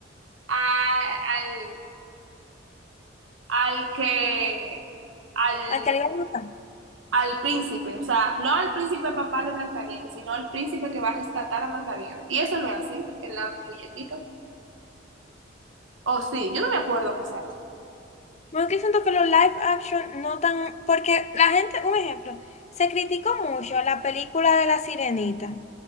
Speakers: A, on the right (about 85°); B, on the left (about 35°).
A: a- al, al que, al,
B: ¿Al que le iba a matar?
A: al príncipe, o sea, no al príncipe papá de Blancanieves, sino al príncipe que va a rescatar a Blancanieves. Y eso no es así, en la muñequito. O sí, yo no me acuerdo que sea así,
B: Bueno, que siento que los live action no tan, porque la gente, un ejemplo, se criticó mucho la película de La Sirenita,